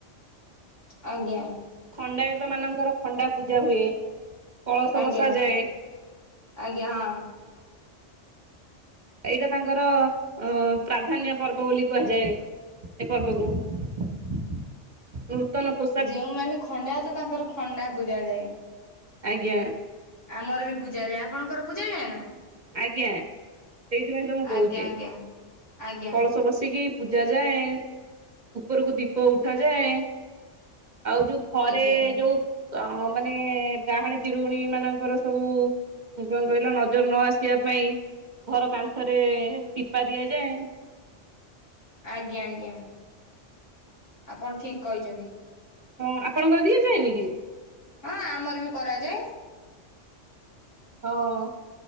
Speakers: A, on the left; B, on the right.
A: ଆଜ୍ଞା।
B: ଖଣ୍ଡାୟତ ମାନଙ୍କର ଖଣ୍ଡା ପୂଜା ହୁଏ କଳସ
A: ଆଜ୍ଞା।
B: ବସାଯାଏ
A: ଆଜ୍ଞା ହଁ। <inaudible>
B: ଏଇଟା ତାଙ୍କର। ପ୍ରାଧାନ୍ୟ ପର୍ବ ବୋଲି କୁହାଯାଏ। ଏ ପର୍ବକୁ ନୂତନ ପୁ,
A: ଯୋଉମାନେ ଖଣ୍ଡାୟତ ତାଙ୍କର ଖଣ୍ଡା ପୂଜା ଯାଏ।
B: ଆଜ୍ଞା।
A: ଆମର ବି ପୂଜା ଯାଏ ଆପଣଙ୍କର ପୂଜା ଯାଏ ନା।
B: ଆଜ୍ଞା ସେଇଥିପାଇଁ ତ ମୁଁ କହୁଛି,
A: ଆଜ୍ଞା ଆଜ୍ଞା ଆଜ୍ଞା
B: କଳ ବସ ବସିକି ପୂଜା ଯାଏ ଉପରକୁ ଦୀପ ଉଠା ଯାଏ। ଆଉ ଯୋଉ ଘରେ
A: ଆଜ୍ଞା।
B: ଯୋଉ, ହଁ ମାନେ ଡାହାଣୀ ଚିରୁଗୁଣି ମାନଙ୍କର ସବୁ କଣ କହିଲ ନଜର ନ ଆସୁ। ରଖିବା ପାଇଁ ଘର କାନ୍ଥରେ ଟିପା ଦିଆଯାଏ।
A: ଆଜ୍ଞା ଆଜ୍ଞା ଆପଣ ଠିକ କହିଛନ୍ତି।
B: ହଁ ଆପଣଙ୍କର ଦିଏ ଯାଏନି କି?
A: ହଁ ଆମର ବି କରାଯାଏ
B: ହଁ।